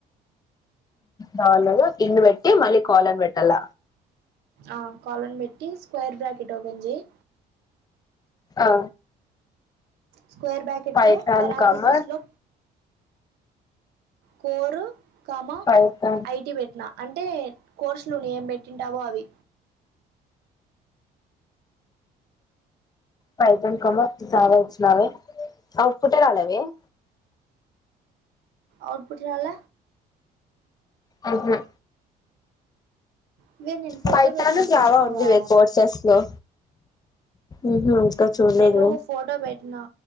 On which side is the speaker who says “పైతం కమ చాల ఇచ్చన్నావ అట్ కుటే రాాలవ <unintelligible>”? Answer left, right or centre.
Left